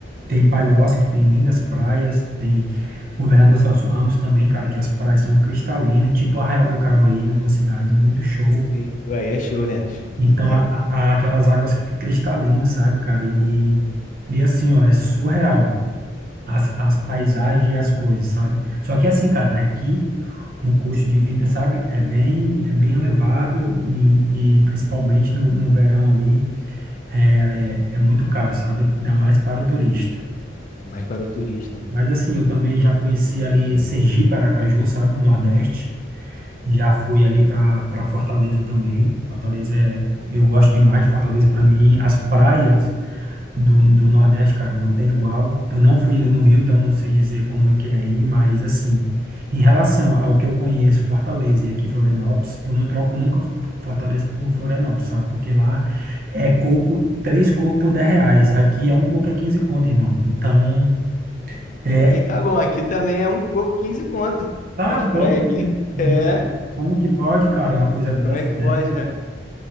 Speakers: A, on the right; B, on the left.
A: Tem Palhoça, que tem lindas praias, tem Governador Celso Ramos também, cara, que as praias são cristalinas, tipo Arraial do Cabo aí na tua cidade, muito show.
B: Sim, sim. Ué, aí é show, né? Muito
A: Então,
B: top.
A: a, a- a- aquelas águas cristalinas, sabe, cara? E, e assim, ó, é surreal as, as paisagens e as coisas, sabe? Só que assim, cara, aqui o custo de vida, sabe, é bem, é bem elevado e, e principalmente no, no verão ali é, é, é muito caro, sabe? Ainda mais para o turista.
B: Mais para o turista, né?
A: Mas assim, eu também já conheci ali Sergipe, Aracaju, sabe? O Nordeste. Já fui ali para para Fortaleza também. Fortaleza é, eu gosto demais de Fortaleza. Para mim, as praias do, do Nordeste, cara, não tem igual. Eu não fui ainda no Rio, então não sei dizer como é que é aí, mas assim, em relação ao que eu conheço, Fortaleza e aqui Florianópolis, eu não troco nunca Fortaleza por Florianópolis, sabe? Porque lá é coco, três cocos por 10 reais. Aqui é um coco é 15 conto, irmão. Então, é
B: Aí tá bom, aqui também é um coco 15 conto.
A: Tá
B: As
A: doido,
B: praias aqui.
A: né? Hum,
B: É,
A: Como que pode, cara, uma coisa dessa,
B: como é que pode,
A: né?
B: né?